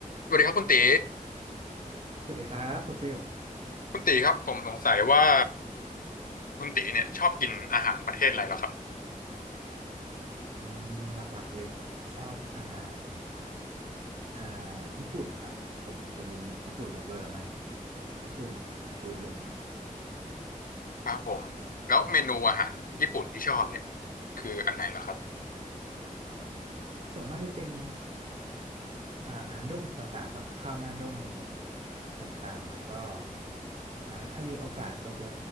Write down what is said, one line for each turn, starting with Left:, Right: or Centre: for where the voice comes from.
Left: สวัสดีครับคุณตี
Right: สวัสดีครับคุณฟิล
Left: คุณตีครับผมสงสัยว่าคุณตีเนี่ยชอบกินอาหารประเทศอะไรเหรอครับ
Right: อืมหลักๆเลยผมชอบอาหารอ่าญี่ปุ่นครับผมเป็นญี่ปุ่น l o เ e อร์มากญี่ปุ่นฟู้ดเลฟ
Left: ครับผมแล้วเมนูอาหารญี่ปุ่นที่ชอบเนี่ยคืออันไหนเหรอครับ
Right: ส่วนมากจะเป็นอ่าด้งต่างๆครับข้าวหน้าด้งต่างๆแล้วก็อ่าถ้ามีโอกาสก็จะ